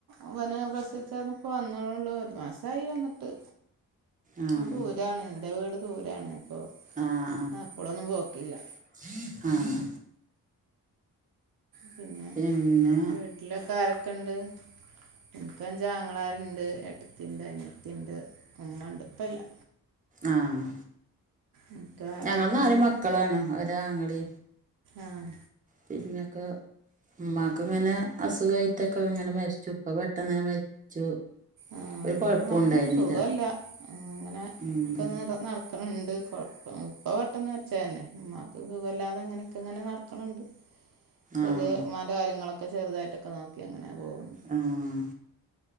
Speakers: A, on the right; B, on the right.
A: ഇവനെ പ്രസവിച്ചന്നപ്പോ വന്നോളുള്ളൂ ഒരു മാസായി വന്നിട്ട്
B: ആഹ്
A: ദൂരാണ് എന്റെ വീട് ദൂരാണ് അപ്പോൾ
B: ആഹ്
A: എപ്പളൊന്നും പോക്കില്ല
B: ആഹ്
A: പിന്നെ
B: പിന്നെ
A: വീട്ടിലൊക്കെ ആരൊക്കെണ്ട് എനിക്ക്ഞ്ചാങ്ങളാരുണ്ട് ഏട്ടത്തി ഉണ്ട് അനത്തിയ ഉണ്ട് ഉമ്മ ഉണ്ട് ഇപ്പ ഇല്ലാ
B: ആഹ്
A: എനിക്ക്
B: ഞങ്ങന്നാല്
A: ആരൊക്കെ ഉണ്ട്
B: മക്കളാണ് ഒരാങ്ങളി
A: ആഹ്
B: പിന്ന മക്ക ഉമ്മാക്ക് ഇങ്ങനെ അസുഖമായിട്ടൊക്കെ ഇങ്ങനെ മരിച്ചു ഇപ്പ പെട്ടെന്ന്നെ മരിച്ചു
A: ആഹ്
B: ഒരു
A: എൻ്റെ
B: കുഴപ്പോം
A: മാക്കും
B: ഉണ്ടായിരുന്നില്ല
A: സുഖമല്ല അങ്ങനെ
B: ഉം
A: ഒക്കെ നടക്കും നടക്കണ്ട്ഴപ്പം ഇപ്പൾ പെട്ടെന്ന് വെച്ച തന്നെ ഉമമാക്ക് സുഖല്ലാതെ അങ്ങനെയൊക്കെ ഇങ്ങനെ നടക്കണുണ്ട് ചെറിയമാന്റെ
B: ആഹ്
A: കാര്യങ്ങളൊക്കെ ചെറുതായിട്ടൊക്കെ നോക്കി അങ്ങനൊ പോകണ്ട്
B: ആഹ്